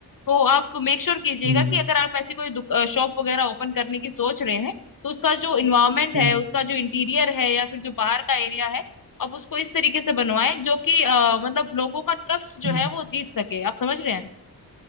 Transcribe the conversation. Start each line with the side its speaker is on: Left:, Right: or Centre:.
Left: तो आप मेक श्योर कीजिएगा
Right: हम्म
Left: कि अगर आप ऐसी कोई शॉप वगैरह ओपन करने की सोच रहे हैं तो उसका जो इन्वायरमेंट
Right: हम्म
Left: है उसका जो इंटीरियर है या फिर जो बाहर का एरिया है आप उसको इस तरीके से बनवाएं जो कि अ, मतलब लोगों का ट्रस्ट जो
Right: हम्म,
Left: है वो जीत सके आप समझ रहे हैं